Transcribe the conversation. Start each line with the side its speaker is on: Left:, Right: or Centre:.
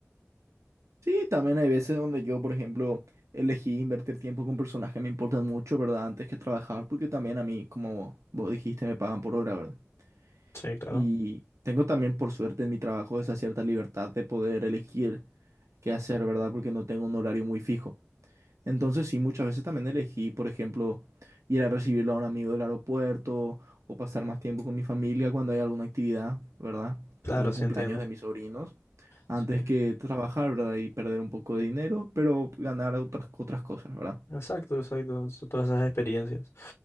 Right: Sí, también hay veces donde yo, por ejemplo, elegí invertir tiempo con personas que me importan mucho, ¿verdad? Antes que trabajar, porque también a mí, como vos dijiste, me pagan por hora, ¿verdad?
Left: Sí, claro.
Right: Y tengo también, por suerte, en mi trabajo esa cierta libertad de poder elegir qué hacer, ¿verdad? Porque no tengo un horario muy fijo. Entonces, sí, muchas veces también elegí, por ejemplo, ir a recibirlo a un amigo del aeropuerto o pasar más tiempo con mi familia cuando hay alguna actividad, ¿verdad?
Left: Claro,
Right: Algún
Left: sí
Right: cumpleaños
Left: entiendo.
Right: de mis sobrinos antes
Left: Sí.
Right: que trabajar, ¿verdad? Y perder un poco de dinero, pero ganar otras, otras cosas, ¿verdad?
Left: Exacto, exacto, so- todas esas experiencias.